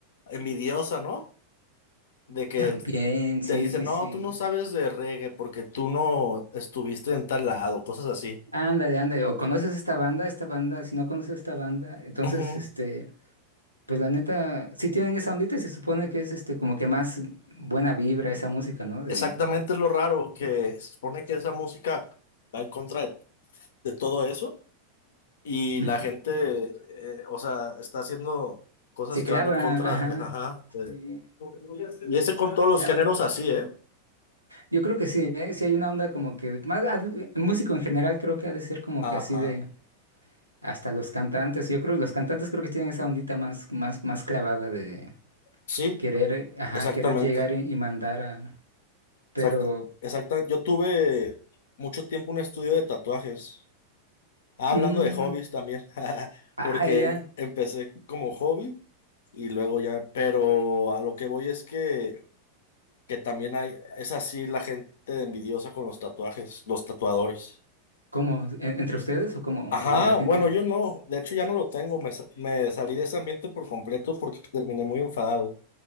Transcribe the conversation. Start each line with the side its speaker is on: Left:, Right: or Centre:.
Left: envidiosa, ¿no? De que
Right: También,
Left: t-
Right: sí,
Left: te dicen,
Right: sí,
Left: no,
Right: sí.
Left: tú no sabes de reggae porque tú no estuviste en tal lado, cosas así.
Right: Ándale, ándale, o conoces esta banda, esta banda, si no conoces esta banda, entonces,
Left: Ujú.
Right: este, pues la neta, sí tienen esa ondita, y se supone que es, este, como que más buena vibra esa música, ¿no? De...
Left: Exactamente es lo raro, que se supone que esa música va en contra de de todo eso. Y
Right: Ujú.
Left: la gente, eh, o sea, está haciendo cosas
Right: Se
Left: que
Right: clava,
Left: van en contra,
Right: ajá,
Left: eh, ajá. de-
Right: sí,
Left: y ese con todos
Right: se
Left: los
Right: clava.
Left: géneros así, ¿eh?
Right: Yo creo que sí, ¿eh? Sí hay una onda como que, más, ha de- músico en general creo que ha de ser como
Left: Ajá.
Right: que así de, hasta los cantantes, yo creo, los cantantes creo que tienen esa ondita más, más, más clavada de
Left: Sí,
Right: querer, ajá,
Left: exactamente.
Right: querer llegar y, y mandar a, pero,
Left: Exacta, exactamente. Yo tuve mucho tiempo un estudio de tatuajes. Ah,
Right: mm,
Left: hablando de hobbies también, <laughs>
Right: ah,
Left: porque
Right: ya,
Left: empecé como hobby y luego ya, pero a lo que voy es que, que también hay, es así la gente envidiosa con los tatuajes, los tatuadores.
Right: ¿cómo? ¿En- ¿Entre ustedes o cómo?
Left: Ajá,
Right: ¿O de la gente?
Left: bueno, yo no, de hecho ya no lo tengo, me, sa- me salí de ese ambiente por completo porque terminé muy enfadado.